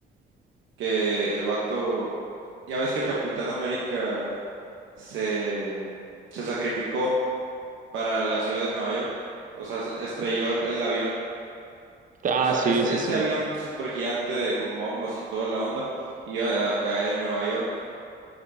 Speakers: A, on the right; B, on the right.
A: que el vato, ya ves que el Capitán América se, se sacrificó para la ciudad de Nueva York, o sea, estrelló el el avión.
B: Ah,
A: O sea,
B: sí,
A: este,
B: sí,
A: este
B: sí.
A: avión súper gigante de, con bombas y toda la onda iba a caer en Nueva York.